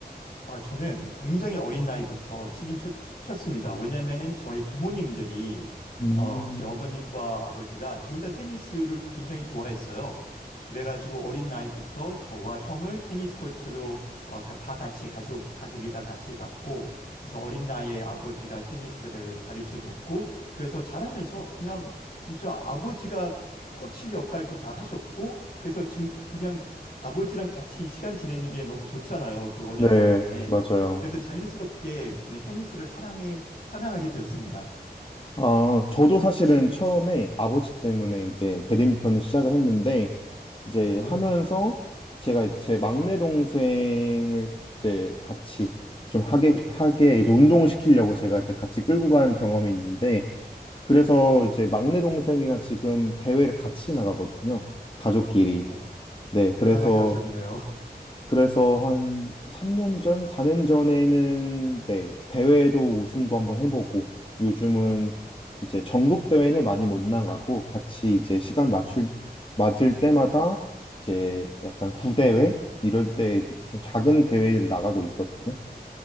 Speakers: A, on the left; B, on the left.
A: 아, 저는 굉장히 어린 나이부터 치긴 쳤, 습니다 왜냐면은 저희 부모님들이,
B: 음,
A: 어, 제 어머님과 아버지가 둘 다 테니스를 굉장히 좋아했어요. 그래가지고 어린 나이부터 저와 형을 테니스 코트로 어, 가- 다 같이 가족, 가족이 다 같이 갔고, 그래서 어린 나이에 아버지가 테니스를 가르쳐 줬고, 그래서 자라면서 그냥 진짜 아버지가 코치 역할도 다 하셨고, 그래서 즐, 그냥 아버지랑 같이 시간 지내는 게 너무 좋잖아요. 그 어린
B: 네,
A: 나이에.
B: 맞아요.
A: 그래서 자연스럽게 그냥 테니스를 사랑해, 사랑하게 됐습니다.
B: 아, 저도 사실은 처음에 아버지 때문에 이제 배드민턴을 시작을 했는데, 이제
A: 오,
B: 하면서 제가 이제 제 막내 동생을 이제 같이 좀 하게, 하게 이제 운동을 시키려고 제가 이제 같이 끌고 간 경험이 있는데, 그래서 이제 막내 동생이랑 지금 대회를 같이 나가거든요. 가족끼리.
A: 와,
B: 네,
A: 대단한
B: 그래서,
A: 가족이네요. <laughs>
B: 그래서 한 3년 전, 4년 전에는, 네, 대회도 우승도 한번 해보고, 요즘은 이제 전국 대회는 많이 못 나가고, 같이 이제 시간 맞출, 맞을 때마다 이제 약간 구대회? 이럴 때 이제 좀 작은 대회를 나가고 있거든요.